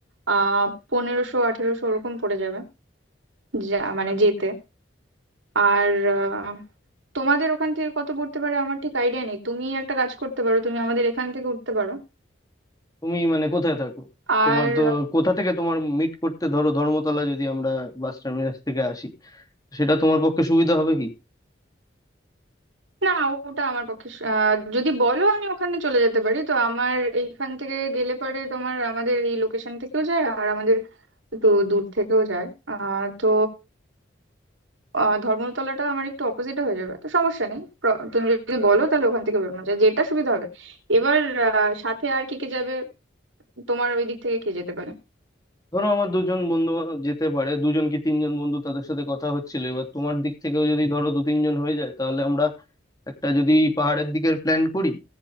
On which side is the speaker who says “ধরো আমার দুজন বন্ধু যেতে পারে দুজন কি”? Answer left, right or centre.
Left